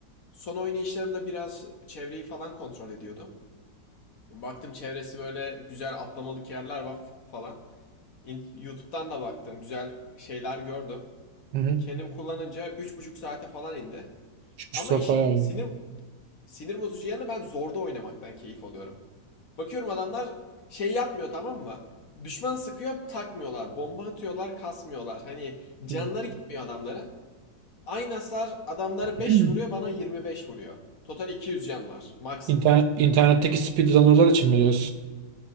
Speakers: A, on the left; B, on the right.
A: Son oynayışlarımda biraz çevreyi falan kontrol ediyordum. Baktım çevresi böyle güzel atlamalık yerler var falan. İn- YouTube'dan da baktım. Güzel şeyler gördüm.
B: Hı hı.
A: Kendim kullanınca üç buçuk saate falan indi.
B: Üç buçuk
A: Ama
B: saat
A: işin
B: bayağı iyi.
A: sinir sinir bozucu yanı ben zorda oynamaktan keyif alıyorum. Bakıyorum adamlar şey yapmıyor tamam mı? Düşman sıkıyor takmıyorlar. Bomba atıyorlar kasmıyorlar. Hani canları
B: Hı hı.
A: gitmiyor adamların. Aynı hasar adamlara
B: <clears throat>
A: 5 vuruyor bana 25 vuruyor. Total 200 can var maksimum.
B: İnternet, internetteki speedrunner'lar için mi diyorsun?